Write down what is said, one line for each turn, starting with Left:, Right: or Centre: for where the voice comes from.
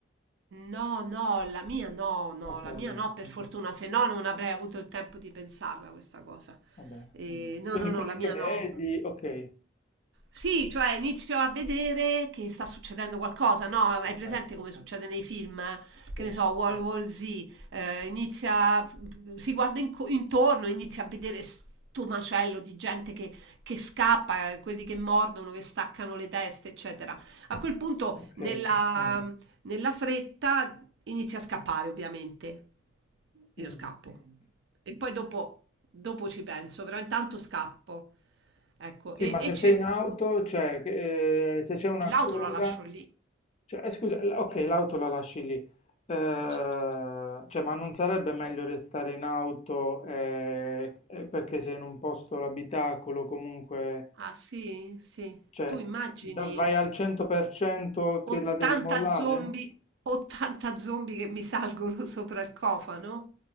Right: No, no, la mia no, no,
Left: Ok,
Right: la
Left: ok,
Right: mia no, per fortuna, se no non avrei avuto il tempo di pensarla questa cosa.
Left: va bene.
Right: Eh, no,
Left: Quindi
Right: no, no,
Left: quelli
Right: la mia
Left: che vedi,
Right: no.
Left: ok,
Right: Sì, cioè inizio a vedere che sta succedendo qualcosa, no? Hai
Left: perfetto,
Right: presente come succede nei film, eh? che
Left: sì,
Right: ne so, World War Z, eh, inizia, si guarda inco- intorno, inizia a vedere sto macello di gente che, che scappa, eh, quelli che mordono, che staccano le teste, eccetera. A quel punto,
Left: ok.
Right: nella, nella fretta, inizia a scappare, ovviamente. Io
Left: mm.
Right: scappo. E poi dopo, dopo ci penso, però intanto scappo, ecco,
Left: Sì,
Right: e,
Left: ma
Right: e
Left: se
Right: cerco
Left: sei in auto,
Right: un posto.
Left: cioè, che, eh, se c'è una
Right: E l'auto
Left: coda,
Right: la lascio lì.
Left: cioè, eh, scusa, l- ok, l'auto la lasci lì, Eh,
Right: Eh, certo.
Left: cioè, ma non sarebbe meglio restare in auto eh, eh, perché sei in un posto, l'abitacolo, comunque,
Right: Ah sì, sì.
Left: cioè,
Right: Tu immagini
Left: da- vai al 100% che
Right: 80
Left: la devi mollare?
Right: zombie, 80 zombie che mi salgono <laughs> sopra il cofano?